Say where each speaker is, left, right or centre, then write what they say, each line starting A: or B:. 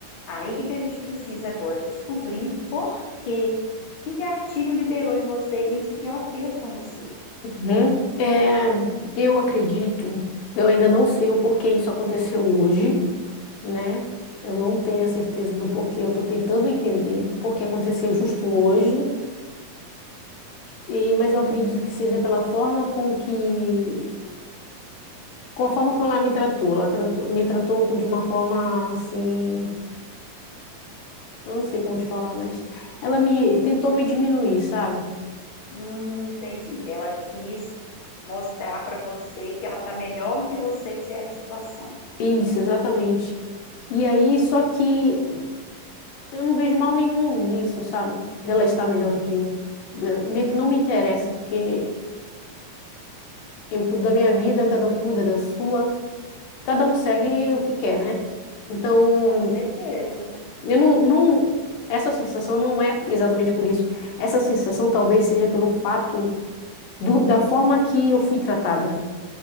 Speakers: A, on the left (about 60°); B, on the left (about 75°).
A: Aí, o que que a gente precisa agora? Descobrir por quê. Que gatilho liberou em você isso que ela fez com você?
B: Uhum. É, eu acredito, eu ainda não sei o porquê isso aconteceu hoje, né? Eu não tenho a certeza do porquê, eu estou tentando entender o porquê aconteceu justo hoje, e, mas eu acredito que seja pela forma com que, com a forma como ela me tratou. Ela tratou- me tratou com- de uma forma assim, eu não sei como te falar, mas ela me tentou me diminuir, sabe?
A: Hum, entendi. Ela quis mostrar para você que ela tá melhor que você em certa situação.
B: Isso, exatamente. E aí, só que Eu não vejo mal nenhum nisso, sabe? Dela estar melhor do que eu. Eh, Meio que não me interessa, porque eu cuido da minha vida, cada um cuida da sua, cada um segue o que quer, né? Então,
A: Com certeza,
B: eu não, não, essa sensação não é exatamente por isso. Essa sensação talvez seja pelo fato do- da forma que eu fui tratada.